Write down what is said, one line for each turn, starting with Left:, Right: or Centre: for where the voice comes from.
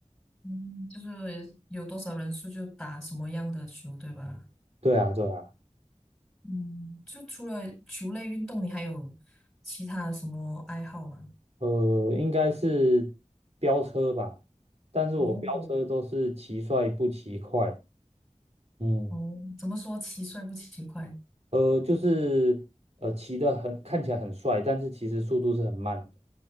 Centre: 嗯，就是有多少人数就打什么样的球，对吧？
Right: 对啊，对啊，
Centre: 嗯，就除了球类运动，你还有其他什么爱好吗？
Right: 呃，应该是飙车吧，但是我飙车都是骑帅不骑快。
Centre: 哦
Right: 嗯，
Centre: 哦，怎么说骑帅不骑快？
Right: 呃，就是呃骑得很看起来很帅，但是其实速度是很慢的。